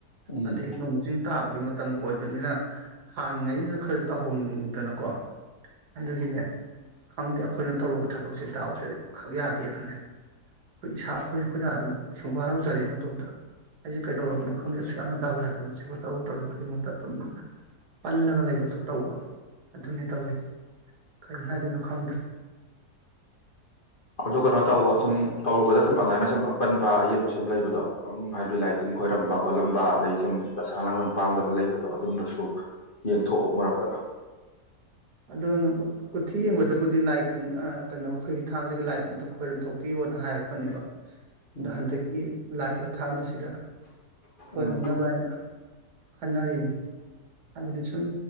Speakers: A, on the left; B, on the right.
A: ꯎꯝ
B: ꯑꯗꯗꯒꯤ ꯅꯣꯡ ꯆꯤꯡ ꯇꯥꯕꯒꯤ ꯃꯇꯝꯒ ꯑꯣꯏꯕꯅꯤꯅ ꯍꯥꯡꯉꯤꯉꯩꯗꯨꯁꯨ ꯈꯔꯁꯨ ꯇꯧꯍꯟꯅꯤꯡꯗꯅꯀꯣ ꯑꯗꯨꯒꯤꯅꯦ ꯈꯪꯗꯦ ꯑꯩꯈꯣꯏꯅ ꯇꯧꯔꯨꯕ ꯊꯕꯛꯁꯦꯗꯥꯎꯁꯦ ꯈꯛ ꯌꯥꯗꯦꯅꯅꯦ ꯑꯩꯈꯣꯏ ꯏꯁꯥ ꯑꯩꯈꯣꯏꯁꯨ ꯑꯩꯈꯣꯏꯗꯥꯁꯨ ꯁꯨꯝ ꯋꯥꯔꯧꯖꯔꯏ ꯃꯇꯨꯡꯗ ꯑꯩꯁꯦ ꯀꯩꯗꯧꯔꯕꯅꯣ ꯈꯪꯗꯦ ꯑꯁꯨꯛ ꯌꯥꯝꯅ ꯗꯥꯎ ꯌꯥꯗꯕꯁꯦꯕꯨ ꯇꯔꯨ ꯇꯔꯨ ꯈꯨꯗꯤꯡꯃꯛꯇ ꯑꯗꯨꯝ ꯄꯜꯂꯒ ꯂꯩꯕꯗꯨ ꯇꯧꯕ ꯑꯗꯨꯅꯦ ꯇꯧꯔꯤ ꯀꯔꯤ ꯍꯥꯏꯗꯣꯏꯅꯣ ꯈꯪꯗ꯭ꯔꯦ
A: ꯑꯗꯨ ꯀꯅꯣ ꯇꯧ ꯁꯨꯝ ꯇꯧꯔꯨꯕꯗ ꯁꯨꯝ ꯑꯗꯨꯃꯥꯏꯅ ꯁꯨꯝ ꯑꯄꯟꯕ ꯑꯌꯦꯛꯠꯄ ꯁꯨꯝ ꯂꯩꯕꯗꯣ ꯎꯝ ꯍꯥꯏꯕꯤ ꯂꯥꯏꯇꯤꯟ ꯈꯣꯏꯔꯝꯕ ꯈꯣꯠꯂꯝꯕ ꯑꯗꯩ ꯁꯨꯝ ꯗꯁꯥ ꯂꯥꯡꯒꯜ ꯄꯥꯡꯗꯕ ꯂꯩꯕꯗꯣ ꯑꯗꯨꯝꯕꯁꯨ ꯌꯦꯟꯊꯣꯛꯑꯣ ꯃꯔꯛꯇ
B: ꯑꯗꯣ ꯀꯣꯊꯤ ꯌꯦꯡꯕꯗꯕꯨꯗꯤ ꯂꯥꯏꯠꯇꯤꯟ ꯀꯩꯅꯣ ꯑꯩꯈꯣꯏꯒꯤ ꯊꯥꯡꯁꯤꯒꯤ ꯂꯥꯏꯠ ꯑꯝꯇ ꯈꯣꯏꯔꯝ ꯊꯣꯛꯄꯤꯌꯣꯅ ꯍꯥꯏꯔꯛꯄꯅꯦꯕ
A: ꯎꯝ
B: ꯗ ꯍꯥꯟꯗꯛꯀꯤ ꯂꯥꯛ ꯊꯥꯡꯖꯁꯤꯗ ꯈꯣꯏꯔꯝꯅꯕ
A: ꯎꯝ
B: ꯍꯥꯏꯅ ꯈꯟꯅꯔꯤꯅꯤ ꯍꯥꯏꯕꯗꯤ ꯁꯨꯝ